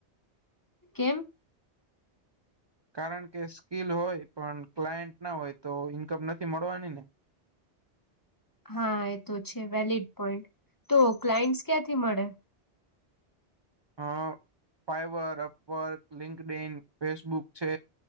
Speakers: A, on the left; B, on the right.
A: કેમ
B: કારણ કે સ્કીિલ હોય પણ ક્લાયન્ટ ના હોય તો ઈન્કમ નથી મળવાની ને
A: હા એ તો છે વેલીિડ પોઈન્ટ તો ક્લાયન્ટ ક્યાંથી મળે
B: હ Fiverr Upwork LinkedIn Facebook છે